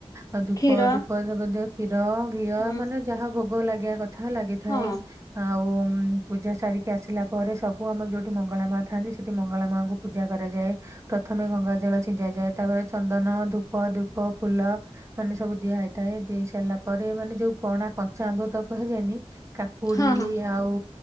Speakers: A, on the right; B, on the left.
A: ଆଉ ଧୂପ,
B: କ୍ଷୀର
A: ଧୂପ ଏସବୁ ଦେଇ କ୍ଷୀର, ଘିଅ
B: ହୁଁ
A: ମାନେ ଯାହା ଭୋଗ ଲାଗିବା କଥା ଲାଗି ଥାଏ।
B: ହଁ
A: ଆଉ ପୂଜା ସାରିକି ଆସିଲା ପରେ ସବୁ ଆମର ଯୋଉଠି ମଙ୍ଗଳା ମା ଥାଆନ୍ତି ସେଠି ମଙ୍ଗଳା ମା ଙ୍କୁ ପୂଜା କରାଯାଏ ପ୍ରଥମେ ଗଙ୍ଗା ଜଳ ଛିଞ୍ଚା ଯାଏ ତାପରେ ଚନ୍ଦନ, ଧୂପ, ଦୀପ, ଫୁଲ ମାନେ ସବୁ ଦିଆହଇଥାଏ ଦେଇ ସାରିଲା ପରେ ମାନେ ଯୋଉ ପଣା ପଞ୍ଚାମ୍ବୃତ କୁହାଯାଏନି କା କୁଡି
B: ହଁ ହଁ
A: ଆଉ